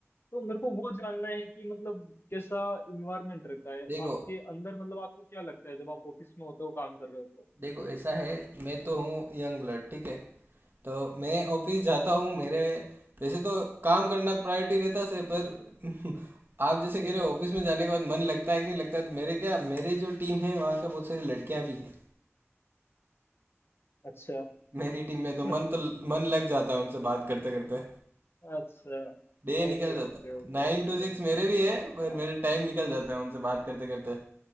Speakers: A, on the left; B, on the right.
A: तो मेरे को वो जानना है कि मतलब कैसा इन्वायरमेंट रहता है
B: देखो
A: आपके अंदर मतलब आपको क्या लगता है जब आप ऑफिस में होते हो काम कर रहे हो तो
B: देखो ऐसा है मैं तो हूँ यंग ब्लड ठीक है तो मैं ऑफिस जाता हूँ
A: हम्म,
B: मेरे वैसे तो काम करना प्रायोरिटी रहता से पर <laughs> आप जैसे
A: हम्म,
B: कह रहे हो ऑफिस में जाने के बाद मन लगता है कि नहीं लगता है तो मेरे क्या मेरे जो टीम है वहाँ क्या बहुत सारी लड़कियाँ भी है
A: अच्छा
B: मेरी टीम में तो
A: <laughs>
B: मन तो मन लग जाता है उनसे बात करते करते
A: अच्छा
B: डे
A: ओके
B: निकल जाता
A: ओके
B: है
A: ओके
B: नाइन
A: लग
B: टू सिक्स
A: जाते
B: मेरे भी है पर
A: हाँ
B: मेरे टाइम निकल जाता है उनसे बात करते करते